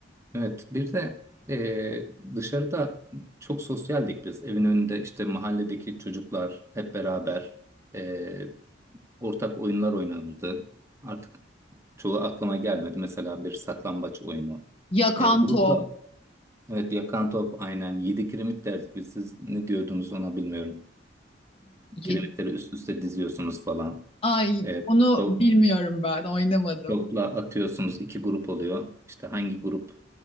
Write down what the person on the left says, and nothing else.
Yakan
top,
Yedi.
Ay
onu
bilmiyorum ben oynamadım.